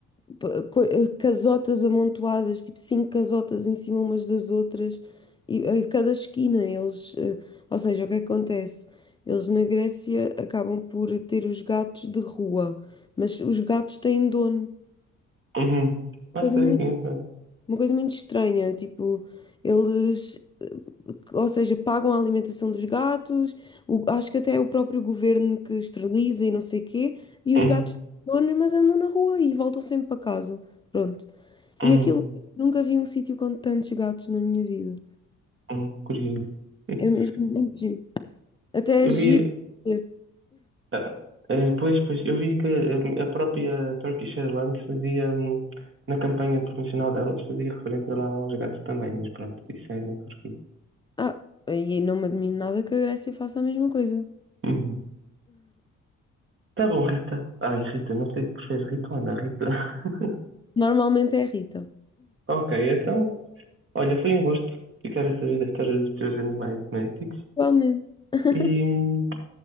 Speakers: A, on the left (about 15°); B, on the right (about 40°).
A: pa- co- eh, casotas amontoadas, tipo cinco casotas em cima umas das outras, e a cada esquina eles, eh, ou seja, o que é que acontece? Eles na Grécia acabam por ter os gatos de rua, mas os gatos têm dono.
B: Uhum. Não
A: Coisa
B: sei, quem sabe.
A: uma coisa muito estranha, tipo, eles, eh, ou seja, pagam a alimentação dos gatos, o- acho que até é o próprio governo que esteriliza e não sei quê, e
B: Uhum.
A: os gatos têm donos, mas andam na rua e voltam sempre para casa. Pronto. E
B: Uhum.
A: aquilo, nunca vi um sítio com tantos gatos na minha vida.
B: Uhum. Curioso. <laughs>
A: É mesmo muito giro. Até
B: Eu
A: é giro.
B: vi.
A: ver.
B: Ah, eh, pois, pois, eu vi que a, a própria Turkish Airlines fazia, hum, na campanha promocional delas, fazia referência lá aos gatos também, mas pronto, isso é na Turquia.
A: Ah, e não me admiro nada que a Grécia faça a mesma coisa.
B: Uhum. Tá bom, Rita. Ai, Rita, não sei se preferes Rita ou Ana, Rita. <laughs>
A: Normalmente é a Rita.
B: Ok, então, olha, foi um gosto ficar a saber da história dos teus animais domésticos.
A: Igualmente. <laughs>
B: E, hum,